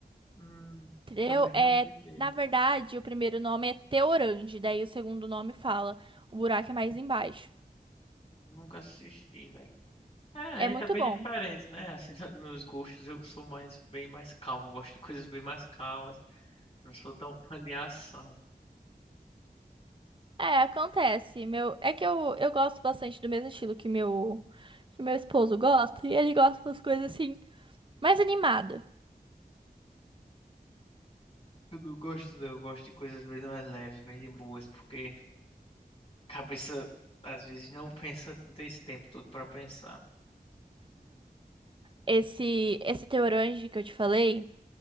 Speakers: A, on the left; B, on the right.
A: Hum,
B: eu
A: também não
B: é,
A: assisti.
B: na verdade, o primeiro nome é Teorange, daí o segundo nome fala O Buraco é Mais Embaixo.
A: Nunca assisti, velho. É, a
B: É
A: gente
B: muito
A: tá bem
B: bom.
A: diferente, né? Assim, <laughs> no- nos gostos eu sou mais bem mais calmo, gosto de coisas bem mais calmas. Não sou tão fã de ação.
B: É, acontece. Meu, é que eu, eu gosto bastante do mesmo estilo que meu que meu esposo gosta, e ele gosta das coisas assim mais animada.
A: Eu não gosto, não. Eu gosto de coisas bem mais leves, bem de boas, porque a cabeça às vezes não pensa, não tem esse tempo todo pra pensar.
B: Esse, esse The Orange que eu te falei